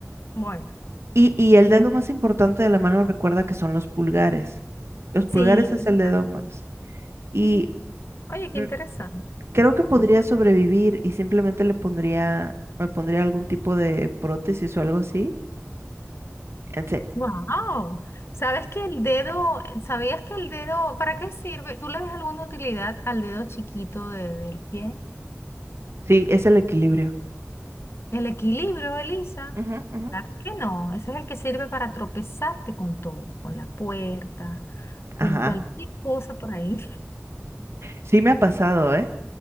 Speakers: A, on the left; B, on the right.
A: bueno.
B: y, y el dedo más importante de la mano recuerda que son los pulgares. Los pulgares
A: Sí,
B: es
A: exacto.
B: el dedo más. Y
A: Oye,
B: mm,
A: qué interesante.
B: creo que podría sobrevivir y simplemente le pondría, me pondría algún tipo de prótesis o algo así. Ente-
A: Wow, ¿sabes que el dedo, sabías que el dedo, ¿para qué sirve? ¿Tú le ves alguna utilidad al dedo chiquito de- del pie?
B: Sí, es el equilibrio.
A: El equilibrio, Elisa.
B: Ujú, ujú.
A: Claro que no, ese es el que sirve para tropezarte con todo, con la puerta, con
B: Ajá.
A: cualquier cosa por ahí.
B: Sí me ha pasado, ¿eh?